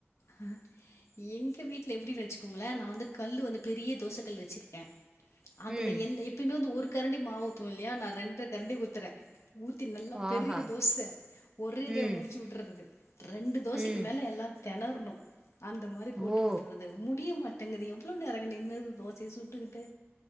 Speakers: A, on the left; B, on the right.
A: ஆ எங்க வீட்ல எப்டி வச்சுக்கோங்ளே நா வந்து கல் வந்து பெரிய தோச கல் வச்சிருக்க அதுல
B: ம்
A: எல்ல எப்பயுமே வந்து ஒரு கரண்டி மாவு ஊத்துவோ இல்லையா நா ரெண்ட்ர கரண்டி ஊத்தற ஊத்தி நல்லா பெரிய
B: ஆஹா
A: தோச ஒரேடியா
B: ம்
A: முடிச்சு விட்றது ரெண்டு தோசைக்கு
B: ம்
A: மேல எல்லா தெனரனு அந்த மாரி போட்டு
B: ஓ
A: வுட்ற து முடிய மாட்டேங்குது எவ்ளோ நேரங்க நின்னு தோசைய சுட்டுக்கிட்டு